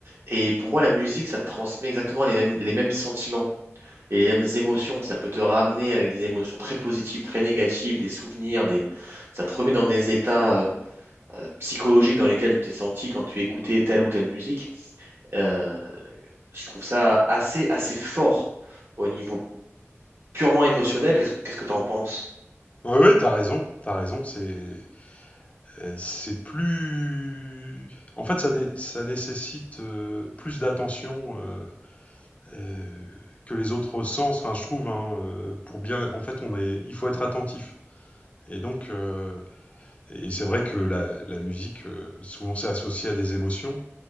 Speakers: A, on the right; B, on the left.
A: Et pour moi, la musique, ça te transmet exactement les mêmes, les mêmes sentiments et les mêmes émotions. Ça peut te ramener avec des émotions très positives, très négatives, des souvenirs, des... ça te remet dans des états euh, euh, psychologiques dans lesquels tu t'es senti quand tu écoutais telle ou telle musique. Euh, Je trouve ça assez, assez fort au niveau purement émotionnel. Qu'est-ce que, qu'est-ce que t'en penses?
B: Oui oui t'as raison t'as raison c'est euh, c'est plus en fait, ça, né- ça nécessite euh, plus d'attention euh, euh, que les autres sens. Enfin, je trouve, hein, euh, pour bien, en fait, on est, il faut être attentif. Et donc, euh, et c'est vrai que la, la musique, euh, souvent, c'est associé à des émotions.